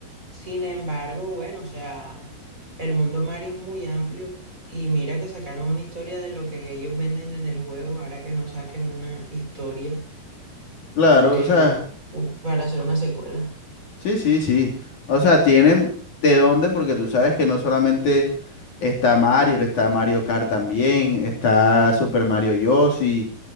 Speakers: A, on the right; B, on the left.
A: Sin embargo, bueno, o sea, el mundo Mario es muy amplio y mira que sacaron una historia de lo que ellos venden en el juego, ahora que no saquen una historia
B: Claro,
A: eh,
B: o sea,
A: para hacer una secuela.
B: sí, sí, sí. O sea, tienen de dónde, porque tú sabes que no solamente está Mario, está Mario Kart también, está Super Mario Yossi.